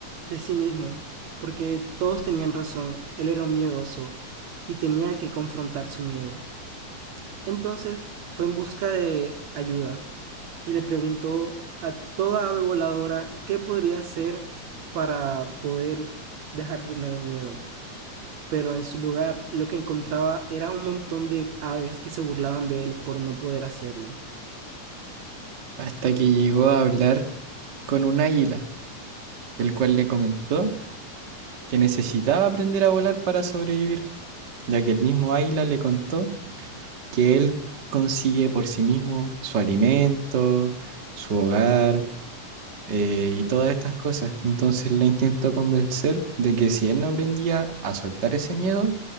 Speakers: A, on the right; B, on the right.
A: de sí mismo, porque todos tenían razón, él era un miedoso y tenía que confrontar su miedo. Entonces fue en busca de ayuda y le preguntó a toda ave voladora qué podría hacer para poder dejar de tener miedo. Pero en su lugar lo que encontraba era un montón de aves que se burlaban de él por no poder hacerlo.
B: hasta que llegó a hablar con un águila. el cual le comentó que necesitaba aprender a volar para sobrevivir, ya que el mismo águila le contó que él consigue por sí mismo su alimento, su hogar eh, y todas estas cosas. Entonces le intentó convencer de que si él no aprendía a soltar ese miedo,